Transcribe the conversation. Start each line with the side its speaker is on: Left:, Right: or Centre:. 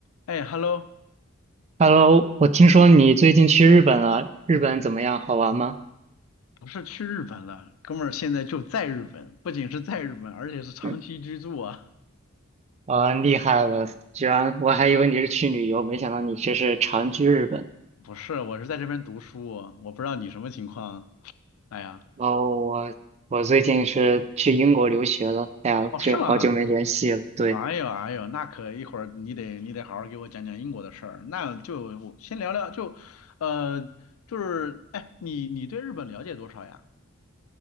Left: 哎，Hello，
Right: Hello，我听说你最近去日本了，
Left: 嗯，
Right: 日本怎么样？好玩吗？
Left: 不是去日本了，哥们儿现在就在日本，不仅是在日本，而且是长期居住啊。
Right: 嗯，啊，厉害了！居然我还以为你是去旅游，没想到你这是长居日本。
Left: <laughs> 不是，我是在这边读书，我不知道你什么情况。哎呀，
Right: 然后我我最近是去英国留学了，哎呀，
Left: 哦，
Right: 这好久没联系了。
Left: 是吗？
Right: 对。
Left: 哎呦哎呦，那可一会儿你得你得好好给我讲讲英国的事儿。那就我先聊聊，就呃就是哎，你你对日本了解多少呀？